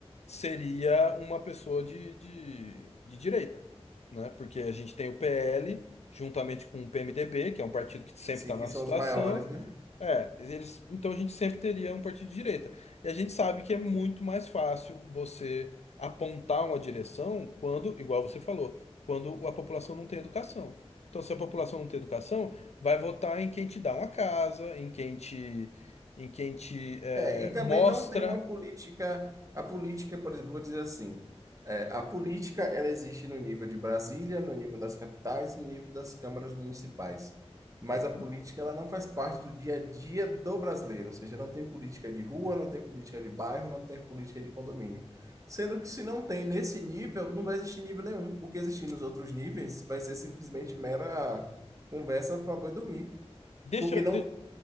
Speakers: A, on the left; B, on the right.
A: seria uma pessoa de, de, de direita, né? Porque a gente tem o PL, juntamente com o PMDB, que é um partido que sempre
B: Sim,
A: está na
B: que são
A: situação.
B: os maiores, né?
A: É, eles, então a gente sempre teria um partido de direita. E a gente sabe que é muito mais fácil você apontar uma direção quando, igual você falou, quando a população não tem educação. Então, se a população não tem educação, vai votar em quem te dá uma casa, em quem te, em quem te eh,
B: É, e também
A: mostra
B: não tem uma política. A política, por exemplo, vou dizer assim: é, a política ela existe no nível de Brasília, no nível das capitais, no nível das câmaras municipais. Mas
A: Uhum.
B: a política ela não faz parte do dia a dia do brasileiro, ou seja, não tem política de rua, não tem política de bairro, não tem política de condomínio. Sendo que se não tem nesse nível, não vai existir nível nenhum. O que existir nos outros níveis vai ser simplesmente mera conversa para boi dormir.
A: Deixa,
B: Porque
A: de-
B: não.